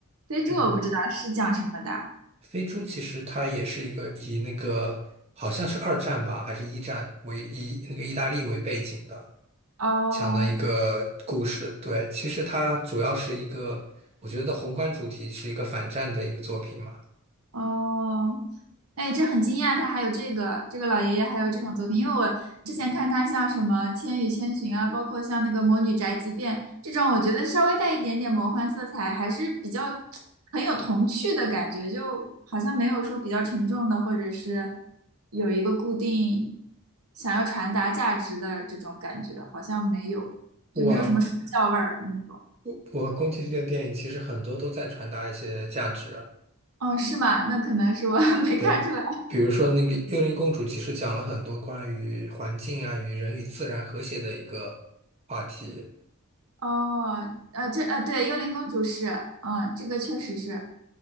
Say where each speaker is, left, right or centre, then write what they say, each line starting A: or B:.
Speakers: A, on the right; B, on the right.
A: 飞猪我不知道是讲什么的。
B: 嗯。飞猪其实它也是一个以那个好像是二战吧，还是一战为以那个意大利为背景的
A: 哦，
B: 讲的一个故事。对，其实它主要是一个，我觉得宏观主题是一个反战的一个作品嘛。
A: 哦，哎，这很惊讶，他还有这个这个老爷爷还有这种作品，因为我之前看他像什么《千与千寻》啊，包括像那个《魔女宅急便》这种，我觉得稍微带一点点魔幻色彩，还是比较很有童趣的感觉，就好像没有说比较沉重的，或者是有一个固定想要传达价值的这种感觉，好像没有，
B: 我
A: 就没有什么说教味儿那种。
B: 我我宫崎骏的电影其实很多都在传达一些价值啊，
A: 哦，是吗？那可能是我 <laughs> 没看出来。
B: 对，比如说那个《幽灵公主》，其实讲了很多关于环境啊与人与自然和谐的一个话题。
A: 哦，呃，这呃，对，幽灵公主是，嗯，这个确实是，